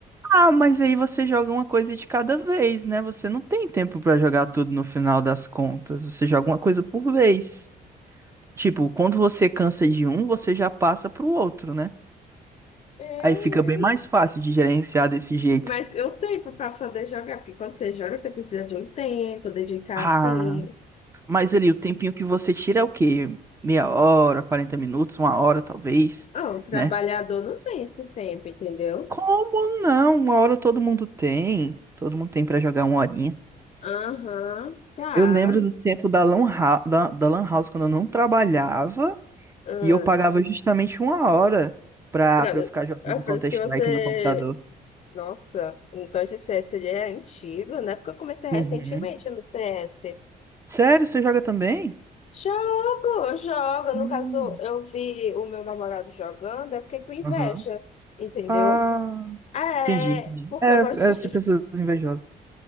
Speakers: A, on the right (about 15°); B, on the left (about 45°).
A: Ah, mas aí você joga uma coisa de cada vez, né? Você não tem tempo pra jogar tudo no final das contas. Você joga uma coisa por vez. Tipo, quando você cansa de um, você já passa pro outro, né?
B: Eu,
A: Aí fica
B: hein?
A: bem mais fácil de gerenciar desse jeito.
B: Mas eu tenho para poder jogar, porque quando você joga, você precisa de um tempo, dedicar
A: Ah,
B: assim.
A: mas ali o tempinho que você tira é o quê? Meia hora, 40 minutos, uma hora talvez,
B: Ah, o trabalhador
A: né?
B: não tem esse tempo, entendeu?
A: Como não? Uma hora todo mundo tem. Todo mundo tem pra jogar uma horinha.
B: Aham, tá.
A: Eu lembro do tempo da Lan, Hou- da, da Lan House quando eu não trabalhava
B: Hum.
A: e eu pagava justamente uma hora pra,
B: Pra-
A: pra eu ficar jogando
B: É por
A: Counter-Strike
B: isso que você.
A: no computador.
B: Nossa, então esse CS ele é antigo, né? Porque eu comecei recentemente
A: Uhum.
B: no CS.
A: Sério, você joga também?
B: Jogo, jogo.
A: Hum.
B: No caso, eu vi o meu namorado jogando, eu fiquei com inveja,
A: Aham.
B: entendeu?
A: Ah,
B: É,
A: entendi, entendi.
B: porque
A: É,
B: eu gosto
A: é assim,
B: de...
A: pessoas invejosas.